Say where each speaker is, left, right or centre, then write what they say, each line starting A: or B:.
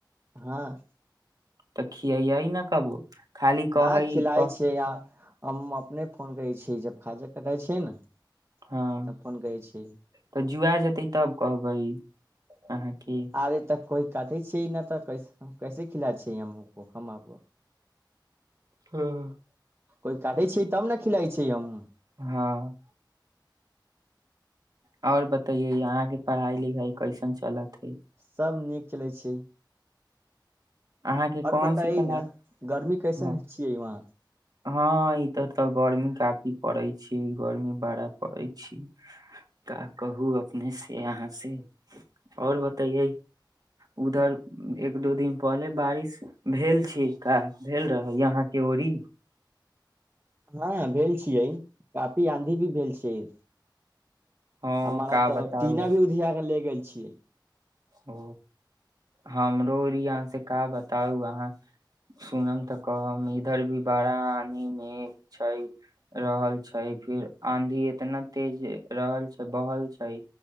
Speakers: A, on the right; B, on the right.
A: हँ
B: तऽ खीयइ न कबो। खाली कहै
A: हँ खिलाय
B: कह
A: छीयै आ हम अपने फोन करै छी जब खाजा कटाइ छियै ने त
B: हँ
A: अपन गय छीयै।
B: तऽ जुआ जेतै तब कहबै। अहाँके
A: आबे त कोइ कातही छियै नहि तऽ कै कैसे खिला छियै हमो हमो को
B: हँ
A: कोइ काटय छी तब ने खिलाइ छी हम।
B: हँ आओर बतैयय आंहां के पढ़ाई लिखाई कैसन चलत हइ?
A: सब नीक चलै छैय।
B: अहाँके कोनसी
A: बताइ
B: कला
A: न गर्मी कैसन
B: ह
A: छियै वहाँ
B: हँ ई तर तऽ गर्मी कफी पड़ै छैय गर्मी बड़ा पड़ै छी का कहु अपने से यहां से और बतैयय उधर एक दो दिन पहले बारिश भेल छैय का भेल रहै यहाँ के ओरी?
A: हँ भेल छियै कपी आँधी भी भेल छियै।
B: हँ
A: हमारा
B: का बताउ
A: तऽ टीना भी उधिया के ले गेल छियै
B: ओ हमरो ओरी अहाँ से का बताउ अहाँ सुनम तऽ कहब इधर भी बारा आधी मे छैय रहल छैय फिर आंधी एतना तेज रहल छैय बहल छैय